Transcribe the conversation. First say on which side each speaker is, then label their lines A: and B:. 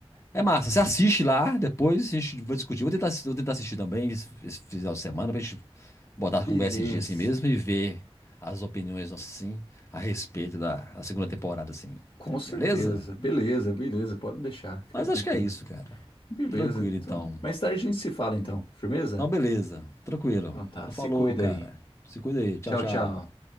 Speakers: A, on the left; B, on the left.
A: é massa. Você assiste lá, depois a gente vai discutir. Vou tentar, assi- vou tentar assistir também esse, esse final de semana pra gente botar
B: Beleza.
A: a conversa em dia assim mesmo e ver as opiniões nossas, assim, a respeito da da segunda temporada, assim.
B: Com certeza.
A: Beleza?
B: Beleza, beleza. Pode deixar. Fica
A: Mas
B: tranquila.
A: acho que é isso, cara.
B: Beleza,
A: Tranquilo,
B: então.
A: então.
B: Mais tarde a gente se fala, então. Firmeza?
A: Então, beleza. Tranquilo.
B: Então tá,
A: Então,
B: se
A: falou,
B: cuida
A: cara.
B: aí.
A: Se cuida aí. Tchau,
B: Tchau,
A: tchau.
B: tchau.